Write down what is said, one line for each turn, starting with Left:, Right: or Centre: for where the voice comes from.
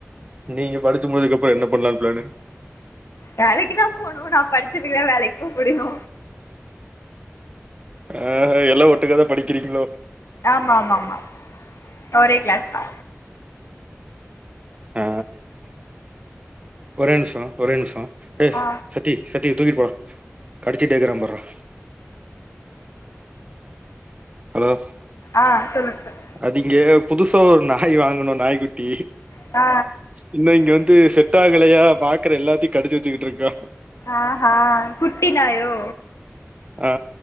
Right: நீங்க படிச்சு முடிச்சதுக்கு அப்றோ என்ன பண்லான்னு பிளானு
Left: வேலைக்கு தா போணு நா படிச்சதுக்கு வேலக்கு போ முடியு
Right: அ எல்லா ஒட்டுக்காதா படிக்றீங்ளோ
Left: ஆமா ஆமா ஆமா ஒரே கிளாஸ் தா
Right: ஆ ஒரே நிமிஷோ ஒரே நிமிஷோ
Left: ஆ
Right: சத்தீ தூக்கிட்டு போற கடிச்சிட்டுடேகற பர்றா ஹலோ
Left: ஆ சொல்லுங் சர்
Right: அது இங்க புதுசா ஒரு நாய் வாங்குணோ நாய்குட்டி
Left: ஆ
Right: இன்னு இங்க வந்து செட்டாகலையா பாக்குற எல்லாத்தையு கடிச்சு வச்சுகிட்டு இருக்கா
Left: ஆஹா குட்டி நாயோ
Right: ஆ